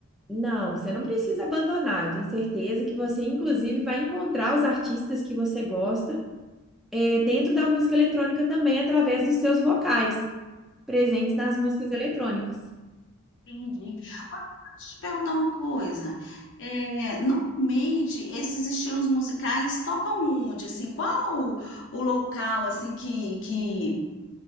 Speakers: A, in the centre; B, on the left (about 55°).
A: Não, você não precisa abandonar. Eu tenho certeza que você, inclusive, vai encontrar os artistas que você gosta eh, dentro da música eletrônica também, através dos seus vocais presentes nas músicas eletrônicas.
B: Entendi. Olha, deixa eu te perguntar uma coisa. Eh, normalmente esses estilos musicais tocam onde? Assim, qual o, o local assim que, que,